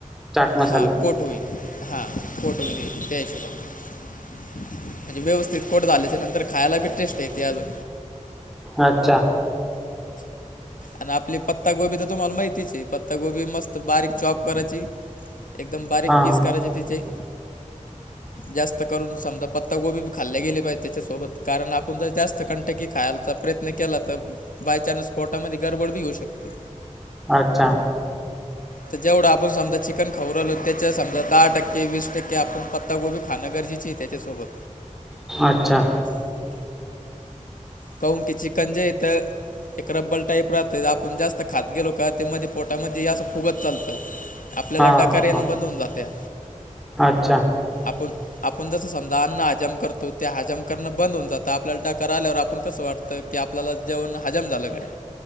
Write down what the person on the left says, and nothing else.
हा कोट होईल. हा कोट होईल त्या हिशोबान. म्हणजे व्यवस्थित कोट झाल्याच्या नंतर खायला बी टेस्ट येते अजून.
आणि आपली पत्तागोबी तर तुम्हाला माहितीच आहे. पत्तागोबी मस्त बारीक चॉप करायची- एकदम बारीक
पीस
करायचे तिचे.
जास्त करून समजा, पत्ता गोबी खाल्ले गेले पाहिजे त्याच्यासोबत, कारण आपण जर जास्त कंटकी खायलाचा प्रयत्न केला तर त्यानेच पोटामध्ये, गडबड बी होऊ शकते.
तर जेवढं आपण समजा चिकन खाऊ राहीलो, त्याच्या समजा दहा टक्के, वीस टक्के, आपण पत्तागोबी खान गरजेचे तेच्यासोबत
कऊन की चिकंज जे येत एक रब्बल टाईप राहतं, आपण जास्त खात गेलो का, ते मध्ये पोटामध्ये असं फुगत चालतं. आपल्याला
डकार
येणं
बंद होउन जात्या.
आपण, आपण जसं समजा अन्न हजम करतो, ते हजम करणं बंद होऊन जातं, आपल्याला डकार आल्यावर आपण कसं वाटतं की, आपल्याला जेवण हजम झालं काय?